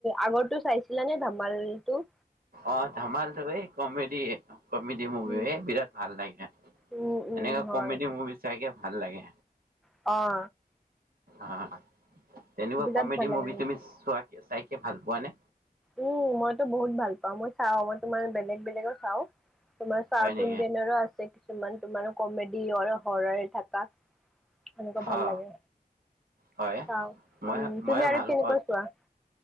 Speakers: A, in the centre; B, on the right.
A: আগৰটো চাইছিলা নে ধামালটো
B: অ ধামাল টো এ কমেডি কমেডি মুভি
A: উম।
B: এ বিৰাট ভাল লাগে
A: উম উম
B: এনেকা
A: হয়
B: কমেডি মুভি চাইকে ভাল লাগে
A: অ
B: অহ তেনেকুৱা
A: বিৰাট
B: কমেডি
A: ভাল লাগে
B: মুভি
A: কিন্তু।
B: তুমি চোৱা চাইকে ভাল পোৱা নে
A: উম মইতো বহুত ভাল পাওঁ মই চাওঁ মই তোমাৰ বেলেগ বেলেগ চাওঁ তোমাৰা চাউট
B: হয় নেকি
A: ইণ্ডিয়ান ৰো আছে কিছুমান তোমাৰ কমেডি হৰাৰ থকা এনেকুৱা ভাল
B: অ
A: লাগে
B: হয়
A: চাও উম
B: মই মইয়ে
A: তুমি আৰু
B: ভাল
A: কেনেকুৱা
B: পাওঁ।
A: চোৱা